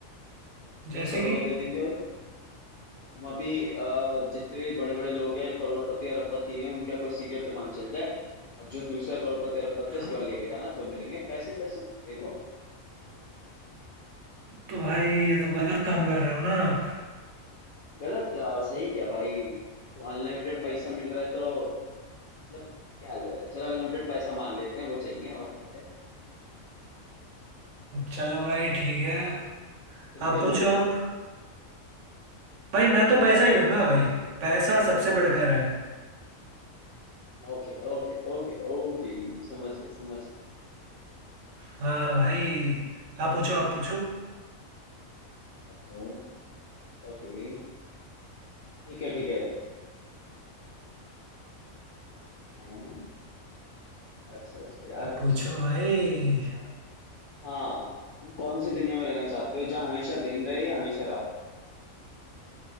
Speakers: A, on the right; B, on the left.
A: जैसे
B: लोग करोड़ों
A: कि
B: दे देंगे भाई तुम अभी आ, जितने भी बड़े बड़े लोग हैं करोड़पति और अरबपति हैं उनका कोई सीक्रेट तो मान चल जाए और जो दूसरा करोड़पति अरबपति
A: हाँ
B: है उसके बाद लेके जाना तो मिलेंगे पैसे पैसे देखो
A: तो भाई ये तो गलत काम कर रहे हो ना आप
B: गलत क्या और सही क्या भाई तो अनलिमिटेड पैसा मिल रहा है तो मतलब क्या लो यार चलो अनलिमिटेड पैसा मान लेते हैं वो चाहिए और क्या है
A: चलो भाई ठीक है
B: तुम
A: आप
B: क्या लोगे
A: पूछो अब भाई मैं तो पैसा ही लूंगा भाई पैसा सबसे बढ़कर है
B: ओके ओके ओके ओके समझ गया समझ गया
A: हाँ भाई आप पूछो आप पूछो
B: Okay okay ठीक है ठीक है हैं अच्छा अच्छा यार कुछ
A: पूछो
B: दिमाग
A: भाई
B: का क्वेश्चन यार हाँ तुम कौन सी दुनिया में रहना चाहते हो जहाँ हमेशा दिन रहे या हमेशा रात